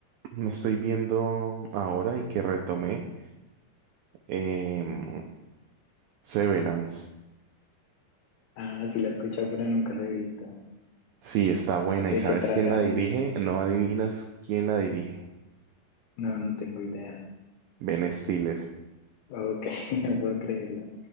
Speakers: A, on the right; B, on the left.
A: Me estoy viendo ahora y que retomé Em, Severance.
B: Ah, sí la he escuchado, pero nunca la he visto.
A: Sí, está buena.
B: ¿De
A: ¿Y sabes
B: qué trata?
A: quién la dirige? No adivinas quién la dirige.
B: No, no tengo idea.
A: Ben Stiller.
B: Ok, <laughs> no puedo creerle.